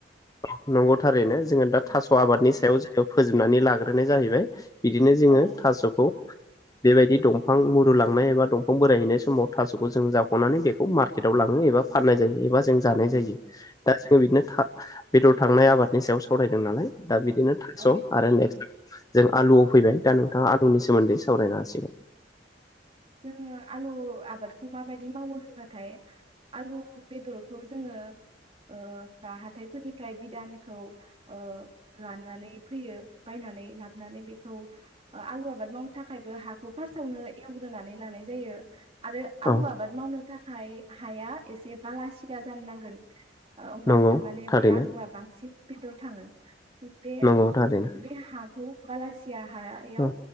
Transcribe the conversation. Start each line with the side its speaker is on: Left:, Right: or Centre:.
Left: <unintelligible> नंगौ थारैनो जोङो दा
Right: औ
Left: थास' आबादनि सायाव जों बेयाव फोजोबनानै लाग्रोनाय जाहैबाय। बिदिनो जोङो
Right: औ
Left: थास'खौ बेबायदि दंफां मुरु लांनाय एबा दंफां बोरायहैनाय समाव थास'खौ जों जावख'नानै बेखौ मार्केटआव लाङो एबा फाननाय जायो एबा जों जानाय
Right: औ
Left: जायो। दा जोङो बिदिनो था बेदर थांनाय आबादनि सायाव फरायदों नालाय दा बिदिनो थाक्स'आरो
Right: औ
Left: नेक्स्ट जों आलुआव फैबाय दा नोंथाङा आल ननि सोमोन्दै सावरायनो हासिगोन ।
Right: जोङो आलु आबादखौ माबायदि मावो होनबाथाय आलु बेदरखौ जोङो ओ बा हाथायफोरनिफ्राय बिदानखौ ओ लानानै फैयो । बायनानै लाबनानै बेखौ आं आलु आाबाद मावनो थाख खायबो हाखौ फार्स्टावनो एवग्रोनानै लानाय जायो । आरो आलु
Left: औ
Right: आबाद मावनो थाखाय हाया एसे बालासिदा जानो नांगोन। ओमबासो
Left: नंगौ
Right: माने
Left: थारैनो
Right: बे आलुआ बांसिन बेदर थाङो बे
Left: नंगौ थारैनो
Right: बे हाखौ बालासि या हायाव
Left: औ